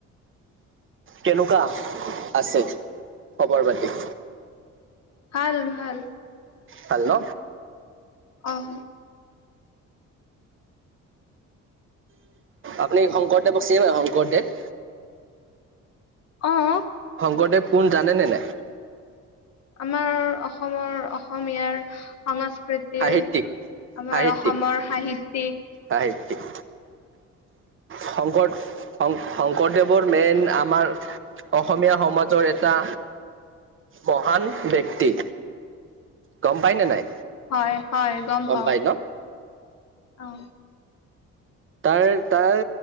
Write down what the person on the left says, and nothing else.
ভাল, ভাল।
অ'।
অ'।
আমাৰ অসমৰ অসমীয়াৰ সংস্ক কৃতিৰ
আমাৰ
অসমৰ সাহিত্যিক
হয়, হয়, গম পাওঁ
অ'।